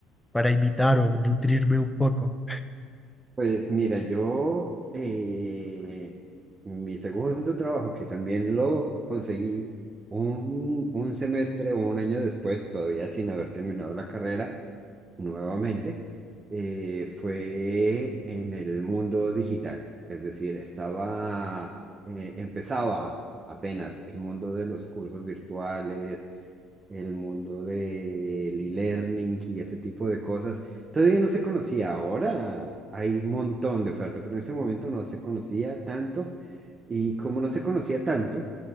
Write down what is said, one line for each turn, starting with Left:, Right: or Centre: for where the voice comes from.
Centre: para imitar o nutrirme un poco.
Right: Pues mira, yo, eh, mi segundo trabajo, que también lo conseguí un, un semestre o un año después, todavía sin haber terminado la carrera, nuevamente, eh, fue en el mundo digital. Es decir, estaba, eh, empezaba apenas el mundo de los cursos virtuales, el mundo del e-learning y ese tipo de cosas. Todavía no se conocía, ahora hay un montón de oferta, pero en ese momento no se conocía tanto y como no se conocía tanto,